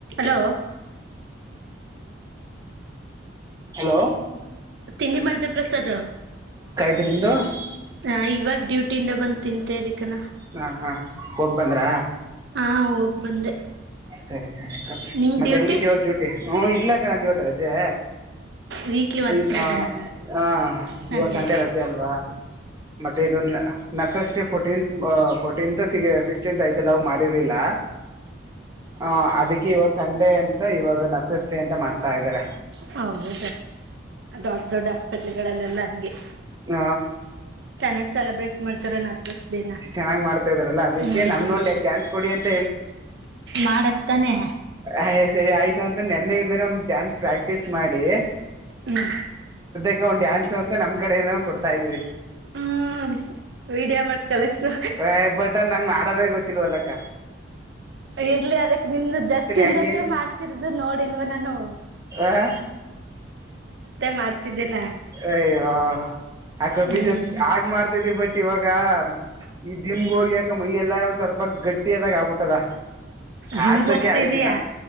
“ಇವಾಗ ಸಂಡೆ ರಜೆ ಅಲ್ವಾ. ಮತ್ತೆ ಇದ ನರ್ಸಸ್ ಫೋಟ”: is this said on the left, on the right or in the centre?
Right